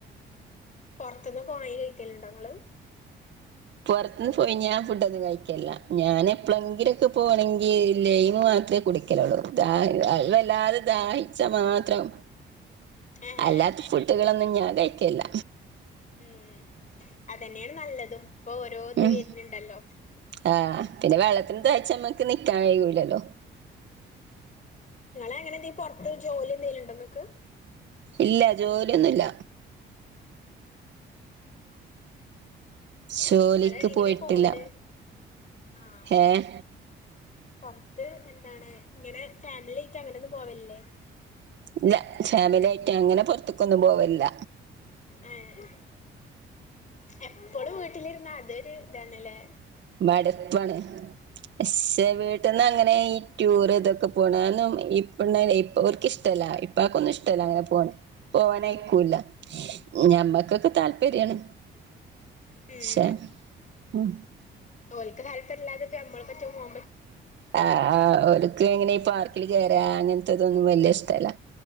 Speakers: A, on the left; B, on the right.
A: പൊറത്തുന്നൊക്കെ വാങ്ങി കയിക്കലണ്ടങ്ങള്
B: പൊറത്തുനിന്ന് പോയി ഞാൻ ഫുഡ് ഒന്നും കഴിക്കല്ല ഞാൻ എപ്പഴെങ്കിലും ഒക്കെ പോകണെങ്കിൽ ലൈം വാങ്ങി മാത്രേ കുടിക്കലുള്ളൂ അതും വല്ലാതെ ദാഹിച്ച മാത്രം
A: ഏഹ്
B: അല്ലാത്ത ഫുഡുകളൊന്നും ഞാൻ കഴിക്കെല്ല
A: ഉം അതന്നെയാണ് നല്ലതും ഓരോ ഇത്
B: മ്മ്
A: വരുന്നുണ്ടല്ലോ
B: ആഹ് പിന്നെ വെള്ളത്തിന് തേച്ചമ്മ നിക്കാൻ കഴിയുകേലല്ലോ
A: നിങ്ങള് അങ്ങനെ എന്ത് പൊറത്ത് ജോലി എന്തെലും ഉണ്ടോ ങ്ങക്ക്
B: ഇല്ല ജോലിയൊന്നുല്ല ജോലിക്ക്
A: ങ്ങള് എങ്ങനെ
B: പോയിട്ടില്ല
A: പോവല് ആഹ്
B: ഏഹ്
A: പൊറത്ത് എന്താണ് ഇങ്ങനെ ഫാമിലി ആയിട്ട് അങ്ങനെ ഒന്നും പോവല്ലേ
B: ഇല്ല ഫാമിലിയായിട്ട് അങ്ങനെ പൊറത്തെക്കൊന്നും പോവല്ല
A: ഏഹ് എപ്പോഴും വീട്ടിലിരുന്ന അതൊരു ഇതാണല്ലേ
B: മടുപ്പാണ് പക്ഷേ വീട്ടിൽന്ന് അങ്ങനെ നെ ഈ ടൂർ ഇതൊക്കെ പോണെ ഇപ്പ ഇ അവർക്ക് ഇഷ്ടല്ല ഇപ്പാക്കൊന്നും ഇഷ്ടല്ല അങ്ങനെ പോണെ പോവാനായിക്കൂല്ല ഞമ്മക്കൊക്കെ താല്പര്യണ്
A: ഉം
B: ശരി മ്മ്
A: ഓല്ക്ക് താല്പര്യം ഇല്ലാതെ ഇ നമ്മറ്റകുമ്പ
B: ആഹ് ഹ് ഒല്ക്ക് എങ്ങനെ ഈ പാർക്കിൽ കേയറ അങ്ങനെ ഇതൊന്നും വല്യ ഇഷ്ടമല്ല